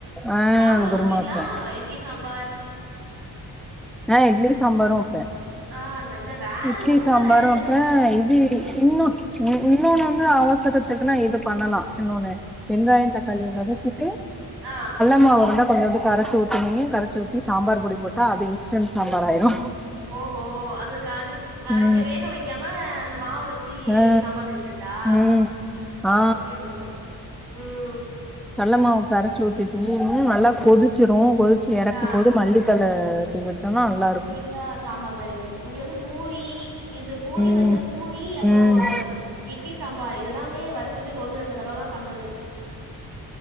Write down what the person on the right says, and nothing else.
சாம்பார்
வப்பீங்ளா
இட்லி சாம்பார்
ஆ இங்க ரேரு
ரொம்ப
ரேரு
ம்
ஆ
ஓஹோ அதுக்கு அதுக் அரைக்க
வேக வக்காம அந்த மாவ வச் சி
சாம்பார் வக்கிறதா
ஓகேஓகே ம்
ம்
ஆ
இதா‌ சாம்பார் மேரி ஆய்ரு அஇங்க வந்து பூரி இது பூரி
வந்து பூரி அப்பறோ
இட்லி சாம்பார் இதெல்லாமே வருஷத்துக்கு ஒண்ணு ரெண்டு தடவதா பண்றது